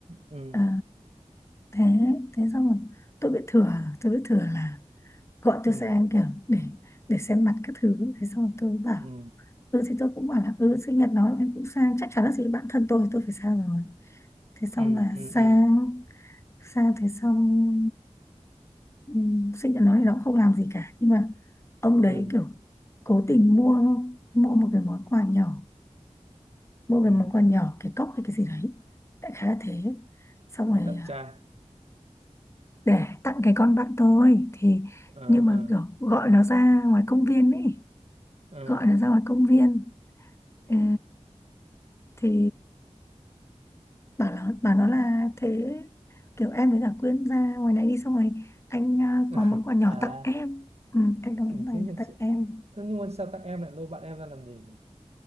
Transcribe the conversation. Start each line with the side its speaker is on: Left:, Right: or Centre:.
Right: ừ
Left: Ờ, thế thế xong rồi tôi bị thừa tôi bị thừa là gọi
Right: ừ
Left: cho xe anh kiểu để để xem mặt các thứ thế xong rồi tôi bảo
Right: ừ
Left: ừ thì tôi cũng bảo là ừ sinh nhật nó em cũng sang chắc chắn là gì bạn thân tôi tôi phải sang rồi thế xong
Right: ừ
Left: là
Right: ừ ừ
Left: sang
Right: ừ ừ
Left: sang thế xong ừ, Sách nhận nói thì nó cũng không làm gì cả nhưng mà ông
Right: ừ
Left: đấy kiểu cố tình mua mua một cái món quà nhỏ mua
Right: ừ
Left: cái món quà nhỏ cái cốc hay cái gì đấy đại khái là thế xong
Right: để
Left: rồi
Right: tặng
Left: à,
Right: trai
Left: để tặng cái con bạn tôi thì
Right: ờ
Left: nhưng
Right: ờ
Left: mà kiểu gọi nó ra ngoài công viên ấy
Right: ờ
Left: gọi nó ra ngoài công viên ờ, thì bảo nó bảo nó là thế kiểu em với cả Quyên ra ngoài này đi xong rồi anh à,
Right: <laughs>
Left: có món quà nhỏ
Right: à
Left: tặng em ừ, anh có món
Right: kinh
Left: quà
Right: thế
Left: nhỏ
Right: thật
Left: tặng
Right: sự
Left: em
Right: Thế nhưng mà sao tặng em lại lôi bạn em ra làm gì nhỉ?